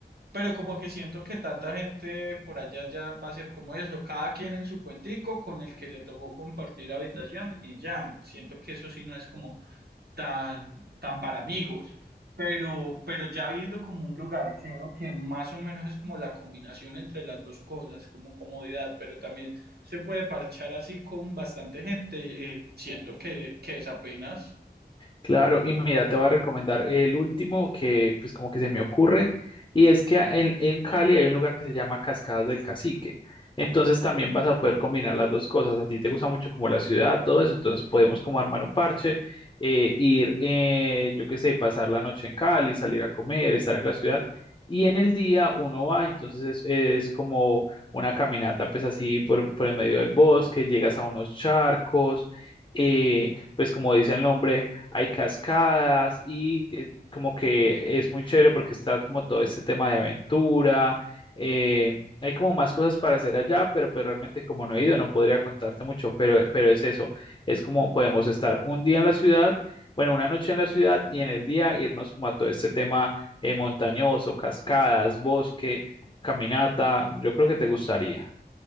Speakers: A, on the right (about 65°); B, on the left (about 30°).
A: pero como que siento que tanta gente por allá ya va a ser como eso, cada quien en su cuentico con el que le tocó compartir habitación y ya, siento que eso sí no es como tan, tan para amigos, pero, pero ya viendo como un lugar, creo que más o menos es como la combinación entre las dos cosas, como comodidad, pero también se puede parchar así con bastante gente, eh, siento que, que es apenas.
B: Claro, y mira, te voy a recomendar el último que pues como que se me ocurre, y es que a- en, en Cali hay un lugar que se llama Cascadas del Cacique. Entonces también vas a poder combinar las dos cosas. A ti te gusta mucho como la ciudad, todo eso, entonces podemos como armar un parche, eh, ir, eh, yo qué sé, pasar la noche en Cali, salir a comer, estar en la ciudad, y en el día uno va, entonces es, es como una caminata pues así por, por el medio del bosque, llegas a unos charcos, eh, pues como dice el nombre hay cascadas y eh, como que es muy chévere porque está como todo este tema de aventura. eh, hay como más cosas para hacer allá, pero, pero realmente como no he ido no podría contarte mucho, pero, pero es eso, es como podemos estar un día en la ciudad, bueno, una noche en la ciudad y en el día irnos como a todo este tema eh, montañoso, cascadas, bosque, caminata, yo creo que te gustaría.